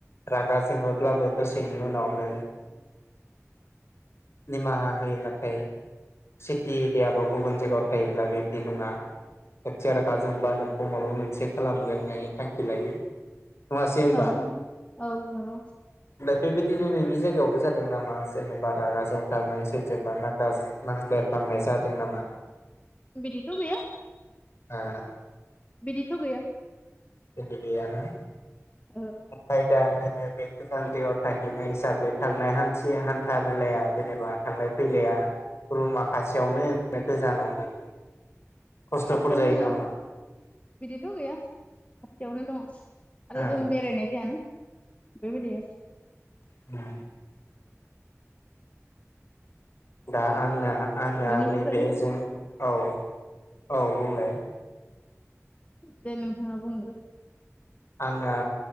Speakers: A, on the left (about 55°); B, on the left (about 25°).
A: रागा जोङोब्लाबो दसेनि उनावनो निमाहा होयो नाथाय सिटि एरियाबो गुबुन जायगायाव थायोब्ला बेबदि नङा खेथि आरो गाज्रि जोंबा नोंखौ माबा मोनसे खालामगोन होननानै थांखि लायो। नङासैहोनबा?
B: औ औ नंगौ
A: दा बेबादि बिदिनो नोंनि जायगायावबो जादों नामा? जेनेबा रागा जोंफ्लांनाय सोरजोंबा नांज्लायफांनाय। जादों नामा?
B: बिदिथ गैया।
A: हा?
B: बिदिथ' गैया।
A: एदि गैयाना?
B: औ।
A: ओमफ्राय दा जोङो बे गोजान दैआव थांहैनाय हिसाबै थांनाय हान्था मेलाया जेनेबा थांनाय फैलाया रुम माखासेयावनो गोजानावनो खस्थ'फोर
B: खाथियावनो
A: जायो नामा
B: बिदिथ' गैया खाथियावनो दं आरो
A: ओ
B: जों बेरायनाय जायाना बेबायदि आरो
A: उम। दा आंना आंना
B: बेनिफ्राय
A: नैबे जों औ औ बुंलाय
B: दे नोंथाङा बुंग्रो
A: आंना